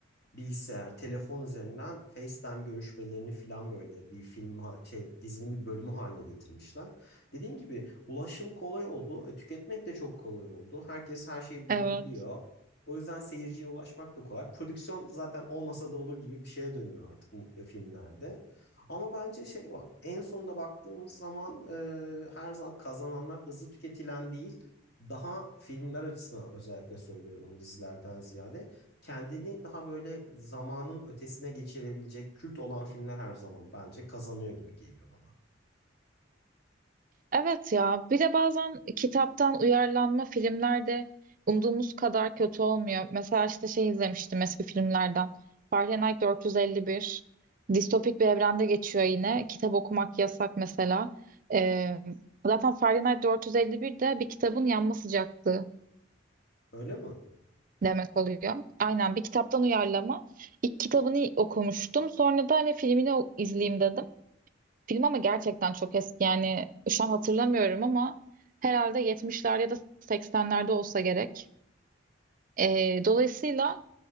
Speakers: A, on the left (about 55°); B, on the right (about 45°).
A: bilgisayar, telefon üzerinden FaceTime görüşmelerini filan böyle bir film ha- şey dizinin bir bölümü haline getirmişler. Dediğim gibi ulaşım kolay oldu, e, tüketmek de çok kolay oldu. Herkes her şeyi bulabiliyor.
B: Evet.
A: O yüzden seyirciye ulaşmak da kolay. Prodüksiyon zaten olmasa da olur gibi bir şeye dönüyor artık bu e, filmlerde. Ama bence şey var. En sonunda baktığımız zaman e, her zaman kazananlar hızlı tüketilen değil, daha filmler açısından özellikle söylüyorum bunu dizilerden ziyade kendini daha böyle zamanın ötesine geçirebilecek kült olan filmler her zaman bence kazanıyor gibi geliyor bana.
B: Evet ya bir de bazen kitaptan uyarlanma filmlerde umduğumuz kadar kötü olmuyor. Mesela işte şey izlemiştim eski filmlerden. Fahrenheit 451. Distopik bir evrende geçiyor yine. Kitap okumak yasak mesela. Ee, zaten Fahrenheit 451 de bir kitabın yanma sıcaklığı
A: Öyle mi?
B: demek oluyor. Aynen bir kitaptan uyarlama. İlk kitabını okumuştum. Sonra da hani filmini o- izleyeyim dedim. Film ama gerçekten çok eski yani şu an hatırlamıyorum ama herhalde yetmişler ya da seksenlerde olsa gerek. Ee, dolayısıyla